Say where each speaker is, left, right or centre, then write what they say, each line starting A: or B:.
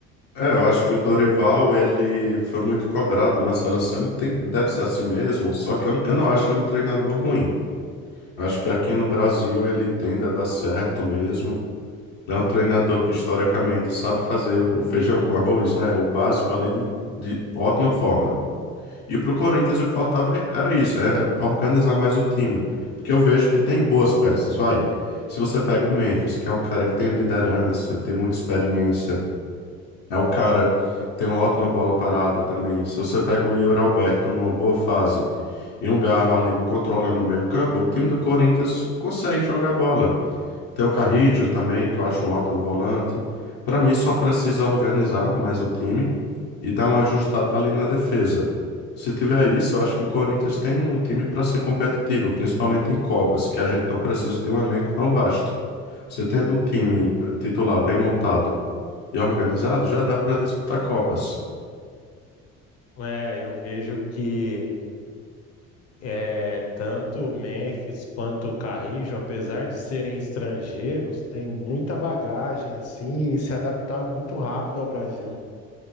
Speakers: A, on the left; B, on the left.
A: É, eu acho que o Dorival, ele foi muito cobrado na seleção e tem- deve ser assim mesmo, só que eu, eu não acho ele um treinador ruim. Eu Acho que aqui no Brasil ele tende a dar certo mesmo. Ele É um treinador que historicamente sabe fazer o feijão com arroz, né? O básico ali de, de ótima forma. E pro Corinthians o que faltava é- era isso, é organizar mais o time. Porque eu vejo que tem boas peças, vai. Se você pega o Memphis, que é um cara que tem liderança, tem muita experiência, é o cara. Tem uma ótima bola parada também. Se você pega o Yuri Alberto numa boa fase e um Garro ali controlando o meio-campo, o time do Corinthians consegue jogar bola. Tem o Carrídio também, que eu acho um ótimo volante. Para mim, só precisa organizar mais o time e dar uma ajustada ali na defesa. Se tiver isso, eu acho que o Corinthians tem um time para ser competitivo, principalmente em Copas, que a gente não precisa de um elenco tão vasto. Você tendo um time eh, titular bem montado e organizado, já dá para disputar Copas.
B: É, eu vejo que é, tanto o Memphis quanto o Carrijo, apesar de serem estrangeiros, têm muita bagagem assim e se adaptaram muito rápido ao Brasil.